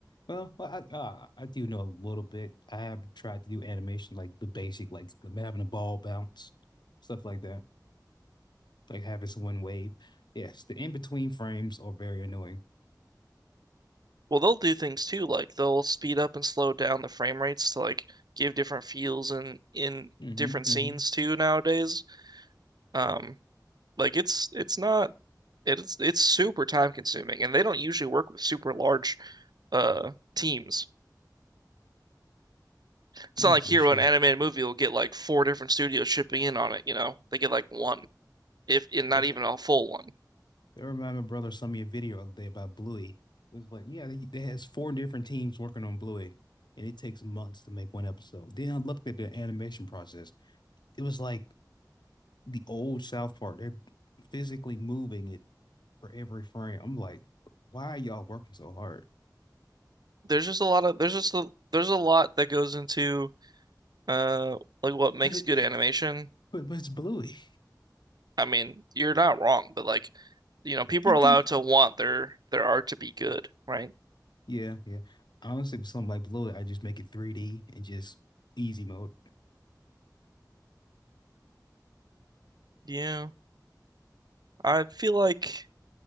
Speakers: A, on the left; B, on the right.
A: Well, well, I uh, I do know a little bit. I have tried to do animation, like the basic, like having a ball bounce, stuff like that, like having someone wave. Yes, the in-between frames are very annoying.
B: Well, they'll do things too, like they'll speed up and slow down the frame rates to like give different feels in in
A: hmm
B: different
A: hmm
B: scenes too nowadays. Um, like it's it's not it's it's super time consuming, and they don't usually work with super large uh teams. It's
A: Mm,
B: not like
A: they
B: here
A: should.
B: when an animated movie will get like four different studios shipping in on it, you know. They get like one, if and not
A: Uh,
B: even a full one.
A: That reminded my brother sent me a video the other day about Bluey. It was like, yeah, they, they has four different teams working on Bluey, and it takes months to make one episode. Then I looked at the animation process. It was like the old South Park. They're physically moving it for every frame. I'm like, why are y'all working so hard?
B: There's just a lot of there's just a, there's a lot that goes into uh like what makes
A: But it,
B: good animation
A: but but it's Bluey.
B: I mean, you're not wrong, but like, you know, people
A: It
B: are allowed
A: could,
B: to want their their art to be good, right?
A: yeah, yeah. Honestly, for something like Bluey, I just make it 3D and just easy mode.
B: Yeah. I feel like